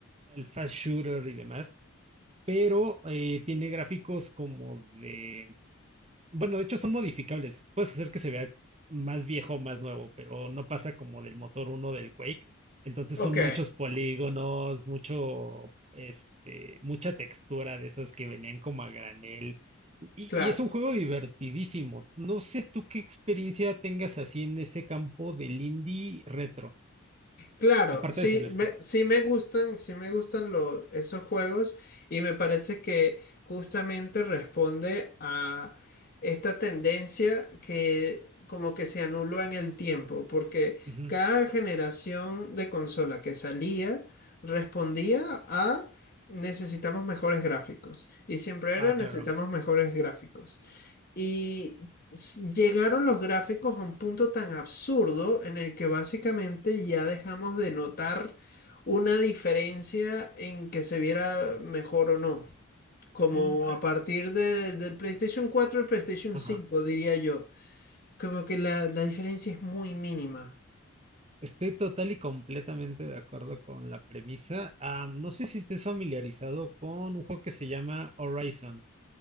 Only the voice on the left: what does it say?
Ok,
claro.
Claro,
sí
me, sí me gustan, sí me gustan lo- esos juegos y me parece que justamente responde a esta tendencia que como que se anuló en el tiempo, porque
cada generación de consola que salía respondía a necesitamos mejores gráficos y siempre
era necesitamos
mejores gráficos. Y s- llegaron los gráficos a un punto tan absurdo en el que básicamente ya dejamos de notar una diferencia en que se viera mejor o no. Como
a partir de- del PlayStation 4 al PlayStation
cinco diría yo. Como que la, la diferencia es muy mínima.